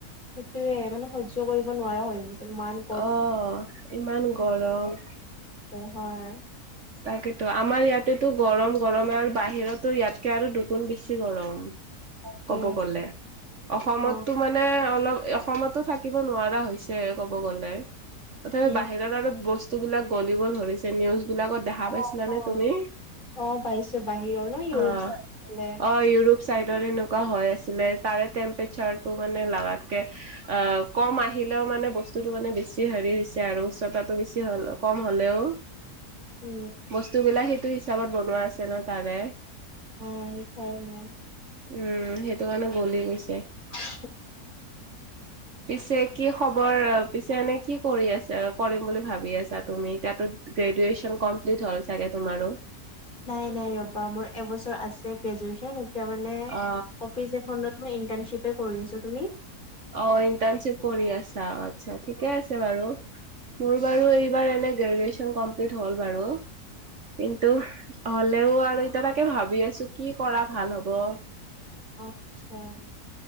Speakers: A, on the left; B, on the right.
A: সেটোৱে মানে সহ্য কৰিব নোৱাৰা হয় গৈছো মান
B: অ' ইমান গৰম।
A: অভাৰ।
B: তাকেতো আমাৰ ইয়াতেতো গৰম গৰমে আৰু বাহিৰতো ইয়াতকে আৰু দুগুণ বেছি গৰম।
A: তাকে
B: ক'ব গ'লে, অসমততো
A: অ',
B: মান নে অলপ, অসমতো থাকিব নোৱাৰা হৈছে ক'ব গ'লে। তথাপি
A: উম,
B: বাহিৰত আৰু বস্তু বিলাক গলিব ধৰিছে। নিউজ বিলাকত দেখা
A: অ',
B: পাইছিলা
A: অ',
B: তুমি?
A: অ', পাইছো বাহিৰৰ ন ইউৰোপ
B: অ'। অ',
A: চাই ফালে
B: ইউৰোপ চাইডৰ এনেকুৱা হৈ আছিলে, তাৰে টেম্পেচাৰটো মানে লাগাতকে আ কম আহিলেও মানে বস্তুটোতো মানে বেছি হেৰি হৈছে আৰু চতা টো বেছি হ'ল, কম হ'লেও।
A: উ।
B: বস্তুবিলাক হেটো হিচাপত বনোৱা আছে ন তাৰে।
A: অ' ইঠাইনে।
B: উ, হেটো কাৰণে গলি গৈছে।
A: <inaudible>
B: পিছে কি খবৰ, পিছে এনে কি কৰি আছা, কৰিম বুলি ভাবি আছা তুমি? ইতিয়াটো গ্ৰেদুৱেচন কমপ্লিট হ'ল চাগে তোমাৰো।
A: নাই নাই ৰ'বা মোৰ এবছৰ আছে গ্ৰেজুৱেচন, এতিয়া মানে
B: অ
A: অফিচ এখনত মই ইণ্টানশ্বিপে কৰি আছোঁ। তুমি?
B: অ' ইণ্টানশ্বিপ কৰি আছা আতছা ঠিকে আছে বাৰু। মোৰ বাৰু এইবাৰ এনে গ্ৰেজুৱেচন কমপ্লিট হ'ল বাৰু, কিন্তু হ'লেও আৰু এতিয়া তাকে ভাবি আছোঁ কি কৰা ভাল হ'ব।
A: আচ্ছা,